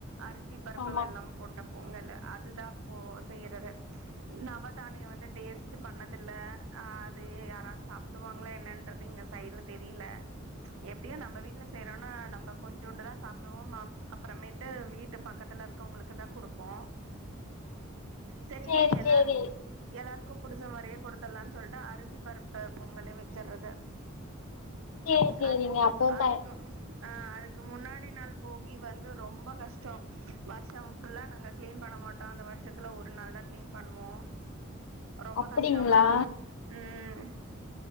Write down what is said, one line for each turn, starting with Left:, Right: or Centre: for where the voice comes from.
Right: அரிசி பருப்பு
Left: ஆமா
Right: வெள்ளம் போட்ட பொங்கல்லு அதுதா போ செய்யறது நவதானியோ வந்து டேஸ்ட்டு பண்ணதில்ல ஆ அது யாராச்சாப் டுவாங்கள என்னன்றது இங்க சைடுல தெரில எப்டியு நம்ம வீட்ல செய்யறோன்னா நம்ப கொஞ்சோண்டுதா சாப்டுவோ ம அப்பறமேட்டு வீட்டு பக்கத்துல இருக்கவுங்களுக் கு தா குடுப்போ
Left: <inaudible>
Right: சேரின்ட்டு எல்லார்
Left: சேரி
Right: எல்லாருக்கும் புடிச்ச மாரியே கொடுத்தடலானு சொல்ட்டு அரிசி பருப்பு பொங்கலே வச்சடுறது
Left: சேரி சேரிங்க
Right: அது
Left: அப்ப
Right: அதுக்கு
Left: த
Right: ஆ அதுக்கு முன்னாடி நாள் போகி வந்து ரொம்ப கஷ்டோ வருஷோ ஃபுல்லா நாங்க கிளீன் பண்ண மாட்டோ அந்த வருஷத்துல ஒரு நாள் தா கிளீன் பண்ணுவோ
Left: <inaudible>
Right: ரொம்ப
Left: அப்டிங்களா
Right: கஷ்டோ மேடோ ம்